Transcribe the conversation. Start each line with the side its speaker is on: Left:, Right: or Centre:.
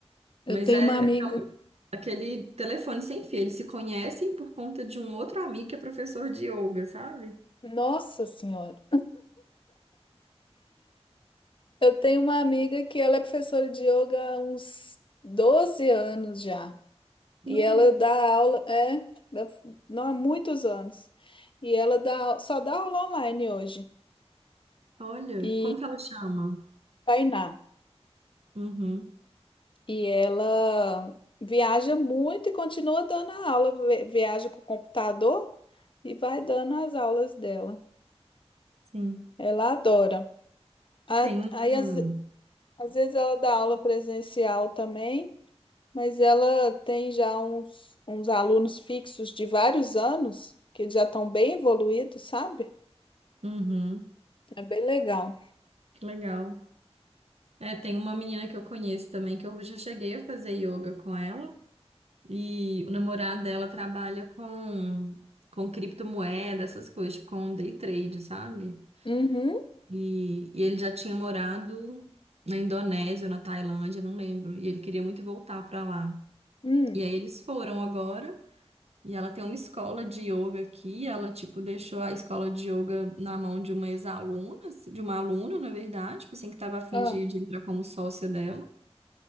Left: Eu
Right: Mas
Left: tenho
Right: é
Left: uma amiga.
Right: aquela- aquele telefone sem fio. Eles se conhecem por conta de um outro amigo que é professor de yoga, sabe?
Left: Nossa Senhora. Eu tenho uma amiga que ela é professora de yoga há uns 12 anos já.
Right: Nu,
Left: E ela dá aula, é, dá- não há muitos anos. E ela dá, au- só dá aula online hoje.
Right: olha,
Left: E
Right: como que ela chama?
Left: Tainá.
Right: Uhum,
Left: E ela viaja muito e continua dando a aula. Vi- Viaja com o computador e vai dando as aulas dela.
Right: sim.
Left: Ela adora. A-
Right: Tem
Left: Aí,
Right: um.
Left: às, às vezes, ela dá aula presencial também. Mas ela tem já uns, uns alunos fixos de vários anos, que já estão bem evoluídos, sabe?
Right: Uhum,
Left: É bem legal.
Right: que legal. É, tem uma menina que eu conheço também, que eu já cheguei a fazer yoga com ela, e o namorado dela trabalha com, com criptomoeda, essas coisas, tipo, com day trade, sabe?
Left: Uhum.
Right: E, e ele já tinha morado na Indonésia ou na Tailândia, não lembro, e ele queria muito voltar pra lá.
Left: Hum.
Right: E aí eles foram agora, e ela tem uma escola de yoga aqui, ela, tipo, deixou a escola de yoga na mão de uma ex-aluna, de uma aluna, na verdade, tipo assim, que tava a fim
Left: Ah,
Right: de, de entrar como sócia dela.